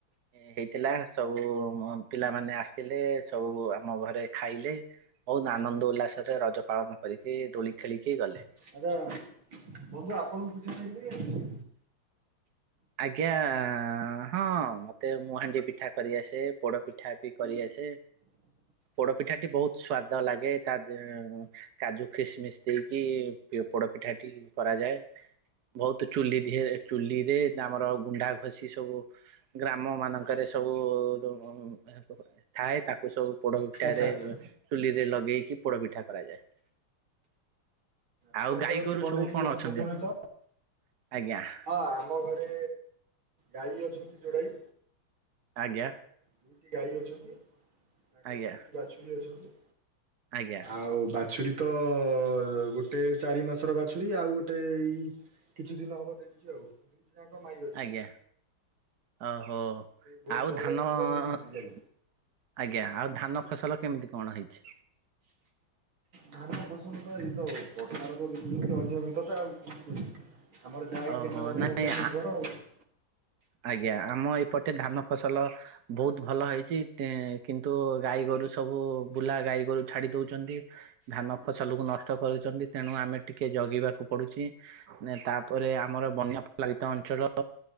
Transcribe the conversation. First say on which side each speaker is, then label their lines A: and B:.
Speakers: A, on the right; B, on the right.
A: ହେଇଥିଲା ସବୁ ମ ପିଲାମାନେ ଆସିଥିଲେ ସବୁ ଆମ ଘରେ ଖାଇଲେ। ବହୁତ ଆନନ୍ଦ ଉଲ୍ଲାସରେ ରଜ ପାଳନ କରିକି ଦୋଳି ଖେଳିକି ଗଲେ।
B: <unintelligible>
A: ଆଜ୍ଞା ହଁ ମତେ ମୁଁହାଣ୍ଡି ପିଠା କରିଆସେ ପୋଡ ପିଠା ବି କରିଆସେ। ପୋଡପିଠାଟି ବହୁତ ସ୍ଵାଦ ଲାଗେ ତା ଦେ କାଜୁ ଖିସ ମିସ୍ ଦେଇକି ପି ପୋଡପିଠାଟି କରାଯାଏ। ବହୁତ ଚୁଲି ଦିହରେ ଚୁଲି ରେ ଯେ ଆମର ଗୁଣ୍ଡା ଘଷି ସବୁ ଗ୍ରାମମାନଙ୍କରେ ସବୁ <unintelligible> ଥାଏ ତାକୁ ସବୁ ପୋଡପିଠାରେ
B: ଆଚ୍ଛା ଆଚ୍ଛା।
A: ଚୁଲିରେ ଲଗେଇକି ପୋଡପିଠା କରାଯାଏ।
B: ଆପଣ
A: ଆଉ ଗାଈ
B: କେବେ ଟିକେ
A: ଗୋରୁ
B: ବନେଇକି
A: ସବୁ କଣ
B: ମତେ
A: ଅଛନ୍ତି
B: ପଠେଇବେ
A: ଆପଣଙ୍କର
B: ତ?
A: ଆଜ୍ଞା।
B: ହଁ ଆମ ଘରେ ଗାଈ ଅଛନ୍ତି ଯୋଡାଏ।
A: ଆଜ୍ଞା।
B: ଦୁଇଟି ଗାଈ ଅଛନ୍ତି ତାଙ୍କର
A: ଆଜ୍ଞା
B: ଦୁଇଟି ବାଛୁରୀ ଅଛନ୍ତି
A: ଆଜ୍ଞା
B: ଆଉ ବା ଛୁରୀ ତ ଗୋଟେ ଚାରି ମାସର ବାଛୁରୀ ଆଉ ଗୋଟେ ଏଇ କିଛି ଦିନ ହବ ଦେଇଚି ଆଉ। ପିଲାଙ୍କ ପାଇଁ
A: ଆଜ୍ଞା ଓହୋ
B: ବହୁତ
A: ଆଉ
B: ଭଲ
A: ଧାନ
B: କ୍ଷୀର
A: ଆଜ୍ଞା
B: ଦଉଛନ୍ତି ଗାଈ।
A: ଆଉ ଧାନ ଫସଲ କେମିତି କଣ ହେଇଚି?
B: ଧାନ ଫସଲ ତ ଏଇ ତ ଆଉ ବର୍ଷା ର ଯୋଗୁ ତ ଅନିୟମିତତା ଆଉ କଣ କହିବି। ଆମର ଯାଇଥିଲୁ
A: ଓହୋ
B: <unintelligible>
A: ନାଇଁ ଆଜ୍ଞା ଆମ ଏପଟେ ଧାନ ଫସଲ ବହୁତ ଭଲ ହେଇଚି କିନ୍ତୁ ଗାଈ ଗୋରୁ ସବୁ ବୁଲା ଗାଈ ଗୋରୁ ଛାଡ଼ି ଦଉଚନ୍ତି। ଧାନ ଫସଲକୁୁ ନଷ୍ଟ କରୁଚନ୍ତି ତେଣୁ ଆମେ ଟିକେ ଜଗିବାକୁ ପଡ଼ୁଚି। ନାଇଁ ତାପରେ ଆମର ବନ୍ୟା ପ୍ରଭାବିତ ଅଞ୍ଚଳ